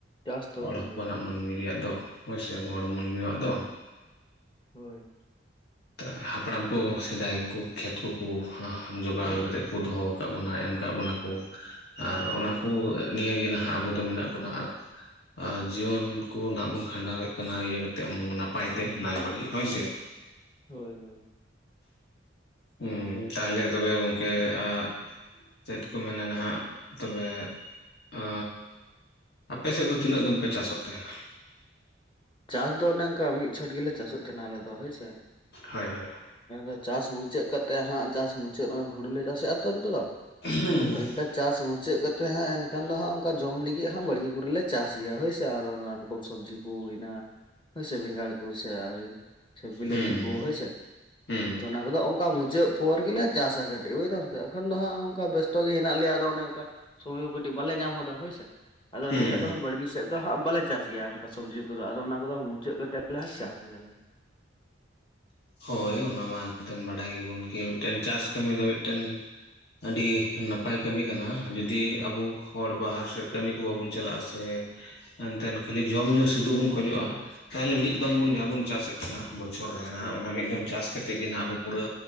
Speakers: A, on the left; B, on the left.
A: ᱪᱟᱥ ᱛᱟᱵᱚᱱ
B: ᱦᱚᱲ
A: ᱠᱟᱱ
B: ᱦᱚᱯᱚᱱᱟᱜ
A: ᱜᱮᱭᱟ ᱦᱳᱭ
B: ᱢᱟᱹᱱᱢᱤ ᱨᱮᱭᱟᱜ ᱫᱚ ᱦᱳᱭᱥᱮ ᱦᱚᱲ ᱢᱟᱹᱱᱢᱤᱭᱟᱜ ᱫᱚ᱾
A: ᱦᱳᱭ᱾
B: ᱛᱟ ᱦᱟᱯᱲᱟᱢ ᱠᱚ ᱥᱮᱫᱟᱭ ᱠᱩ ᱠᱷᱮᱛ ᱠᱚᱠᱚ ᱡᱚᱜᱟᱲ ᱠᱟᱛᱮᱫ ᱠᱩ ᱫᱚᱦᱚ ᱠᱟᱜ ᱵᱚᱱᱟ ᱮᱢ ᱠᱟᱜ ᱵᱚᱱᱟ ᱠᱚ ᱟᱨ ᱚᱱᱟ
A: ᱦᱳᱭ
B: ᱠᱚ ᱱᱤᱭᱳᱜᱮ ᱱᱟᱦᱟᱜ ᱟᱵᱚ ᱫᱚ ᱢᱮᱱᱟᱜ ᱵᱚᱱᱟ ᱟᱨ ᱟᱨ ᱡᱤᱭᱚᱱ ᱠᱩ ᱱᱟᱦᱟᱜ ᱵᱚᱱ ᱠᱷᱟᱸᱰᱟᱣᱮᱫ ᱠᱟᱱᱟ ᱤᱭᱟᱹ ᱠᱟᱛᱮᱫ ᱱᱟᱯᱟᱭ ᱛᱮ ᱱᱟᱭ ᱵᱟᱹᱲᱮ ᱦᱳᱭ ᱥᱮ᱾
A: ᱦᱳᱭ ᱦᱳᱭ᱾
B: ᱦᱩᱸ ᱛᱟᱦᱞᱮ ᱛᱚᱵᱮ ᱜᱚᱝᱠᱮ ᱟ ᱪᱮᱫ ᱠᱚ ᱢᱮᱱᱟ ᱱᱟᱦᱟᱜ ᱛᱚᱵᱮ ᱟ ᱟᱯᱮᱥᱮᱫ ᱫᱚ ᱛᱤᱱᱟᱹᱜ ᱫᱚᱢ ᱯᱮ ᱪᱟᱥᱚᱜ ᱛᱟᱦᱮᱱᱟ?
A: ᱪᱟᱥ ᱫᱚ ᱚᱱᱮ ᱚᱱᱠᱟ ᱢᱤᱫ ᱪᱷᱚᱴ ᱜᱮᱞᱮ ᱪᱟᱥᱚᱜ ᱛᱟᱦᱮᱱᱟ ᱟᱞᱮ ᱫᱚ ᱦᱳᱭ ᱥᱮ᱾
B: ᱦᱳᱭ ᱦᱳᱭ᱾
A: ᱟᱫᱚ ᱪᱟᱥ ᱢᱩᱪᱟᱹᱫ ᱠᱟᱛᱮᱜ ᱦᱟᱸᱜ ᱪᱟᱥ ᱢᱩᱪᱟᱹᱫ ᱱᱚᱜᱼᱚᱭ ᱦᱩᱲᱩᱞ ᱞᱮ ᱪᱟᱥᱮᱫᱼᱟ ᱛᱚ ᱱᱛᱮ ᱫᱚ
B: ᱮᱸᱦᱩᱸ᱾
A: ᱮᱱᱠᱟ ᱪᱟᱥ ᱢᱩᱪᱟᱹᱫ ᱠᱟᱛᱮᱫ ᱦᱟᱸᱜ ᱮᱱᱠᱷᱟᱱ ᱫᱚ ᱦᱟᱸᱜ ᱚᱱᱠᱟ ᱡᱚᱢ ᱞᱟᱹᱜᱤᱫ ᱦᱟᱜ ᱵᱟᱲᱮᱜᱮ ᱠᱚᱨᱮᱞᱮ ᱪᱟᱥ ᱜᱮᱭᱟ ᱦᱳᱭᱥᱮ ᱟᱨ ᱨᱚ ᱥᱚᱵᱽᱡᱤ ᱠᱚ ᱦᱩᱭᱱᱟ ᱦᱳᱭᱥᱮ ᱵᱮᱸᱜᱟᱲ ᱠᱩ ᱥᱮ ᱥᱮ ᱵᱤᱞᱟᱹᱛᱤ
B: ᱦᱩᱸ
A: ᱠᱩ ᱦᱳᱭ ᱥᱮ᱾
B: ᱦᱩᱸ
A: ᱛᱚ ᱚᱱᱟ ᱠᱚᱫᱚ ᱚᱱᱠᱟ ᱢᱩᱪᱟᱹᱫ ᱯᱚᱨ ᱜᱮᱞᱮ ᱪᱟᱥᱟ ᱠᱟᱹᱴᱤᱜ ᱵᱩᱡᱫᱟᱢ ᱛᱚ ᱮᱠᱷᱟᱱ ᱫᱚ ᱦᱟᱸᱜ ᱚᱱᱠᱟ ᱵᱮᱥᱛᱚ ᱜᱮ ᱦᱮᱱᱟᱜ ᱞᱮᱭᱟ ᱟᱫᱚ ᱚᱱᱮ ᱚᱱᱠᱟ᱾ ᱥᱚᱢᱚᱭ ᱠᱚ ᱠᱟᱹᱴᱤᱜ ᱵᱟᱞᱮ ᱧᱟᱢ ᱦᱚᱫᱟ ᱦᱳᱭᱥᱮ ᱟᱫᱚ
B: ᱦᱩᱸ
A: ᱮᱱᱮᱠᱷᱟᱭ ᱫᱚ ᱵᱟᱲᱜᱮ ᱥᱮᱜ ᱫᱚ ᱦᱟᱸᱜ ᱵᱟᱞᱮ ᱪᱟᱥ ᱜᱮᱭᱟ ᱚᱱᱠᱟ ᱥᱚᱵᱽᱡᱤ ᱠᱚᱫᱚ ᱟᱫᱚ ᱚᱱᱟ ᱠᱚᱫᱚ ᱢᱩᱪᱟᱹᱫ ᱠᱟᱛᱮᱜ ᱞᱮ ᱪᱟᱥ ᱜᱮᱭᱟᱞᱮ᱾
B: ᱦᱳᱭ ᱚᱱᱟ ᱢᱟ ᱮᱱᱛᱮ ᱵᱟᱰᱟᱭ ᱜᱮᱵᱚᱱ ᱢᱤᱜᱴᱮᱱ ᱪᱟᱥ ᱠᱟᱹᱢᱤ ᱫᱚ ᱢᱤᱜᱴᱮᱱ ᱟᱹᱰᱤ ᱱᱟᱯᱟᱭ ᱠᱟᱹᱢᱤ ᱠᱟᱱᱟ ᱡᱩᱫᱤ ᱟᱵᱚ ᱦᱚᱲ ᱵᱟᱦᱟᱨ ᱥᱮᱫ ᱠᱟᱹᱢᱤ ᱠᱚ ᱵᱟᱵᱚᱱ ᱪᱟᱞᱟᱭᱼᱟ ᱥᱮ, ᱮᱱᱛᱮᱱ ᱠᱷᱟᱹᱞᱤ ᱡᱚᱢ ᱧᱩ ᱥᱩᱫᱷᱩ ᱵᱚᱱ ᱠᱷᱚᱡᱚᱜᱼᱟ ᱛᱟᱦᱚᱞᱮ ᱢᱤᱫ ᱢᱤᱫᱚᱢ
A: ᱦᱳᱭ
B: ᱵᱚᱱ ᱡᱟᱦᱟᱸ ᱵᱚᱱ ᱪᱟᱥᱮᱜ ᱠᱟᱱᱟ ᱵᱚᱪᱷᱚᱨ ᱨᱮ ᱱᱟᱦᱟᱸᱜ ᱚᱱᱟ ᱢᱤᱫ ᱫᱚᱢ ᱪᱟᱥ ᱠᱮᱛᱮ ᱜᱮ ᱱᱟᱦᱟᱸᱜ ᱟᱵᱚ ᱯᱩᱨᱟᱹ